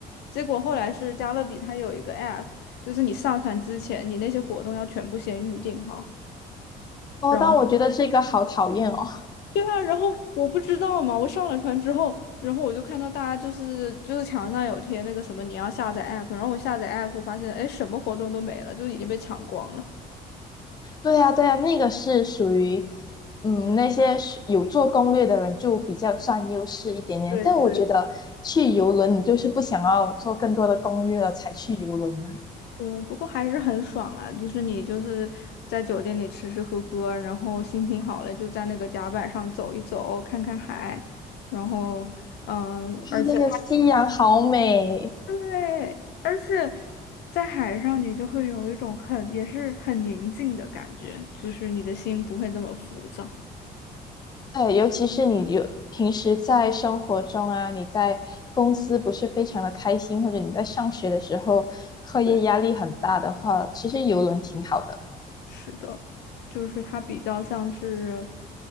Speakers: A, on the left; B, on the left.
A: 结果后来是加勒比，它有一个 app，就是你上传之前，你那些活动要全部先预定好。
B: 哦，
A: 然后，
B: 但我觉得这个好讨厌哦。
A: 对啊，然后我不知道嘛，我上了船之后，然后我就看到大家就是就是墙上有贴那个什么你要下载 app，然后我下载 app 发现，哎，什么活动都没了，就已经被抢光了。
B: 对呀，对呀，那个是属于，嗯，那些是有做攻略的人就比较占优势一点点。
A: 对对，
B: 但我觉得去游轮，你就是不想要做更多的攻略了才去游轮啊。
A: 嗯，不过还是很爽啦，就是你就是在酒店里吃吃喝喝，然后心情好了就在那个甲板上走一走，看看海，然后嗯、
B: 然后那个夕阳好美，
A: 呃而且。对，而且在海上，你就会有一种很也是很宁静的感觉，就是你的心不会那么浮躁。
B: 对，尤其是你有平时在生活中啊，你在公司不是非常的开心，或者你在上学的时候课业压力很大的话，
A: 对，
B: 其实游轮挺好的，
A: 是的，就是它比较像是，